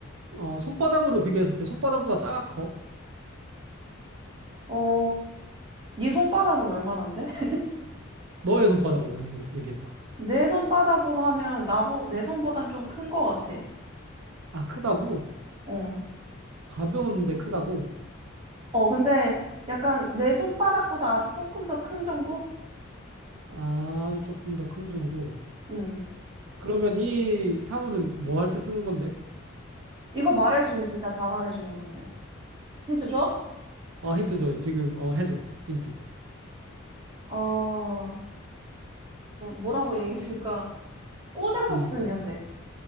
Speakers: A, on the right; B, on the right.
A: 어, 손바닥으로 비교했을 때 손바닥보다 작아 커?
B: 어, 네 손바닥은 얼마나인데? <laughs>
A: 너의 손바닥으로 생각- 얘기해봐.
B: 내 손바닥으로 하면 나보, 내 손보단 좀 큰 거 같아.
A: 아, 크다고?
B: 어.
A: 가벼운데 크다고?
B: 어, 근데 약간 내 손바닥보다 아주 조금 더 큰 정도?
A: 아, 아주 조금 더 큰 정도.
B: 응
A: 그러면 이 사물은 뭐 할 때 쓰는 건데?
B: 이거 말해주면 진짜 다 말해주는 건데. 힌트 줘?
A: 어, 힌트 줘요. 지금 어, 해줘. 힌트.
B: 어, 어, 뭐라고 얘기해야 될까? 꽂아서
A: 음.
B: 쓰면 돼.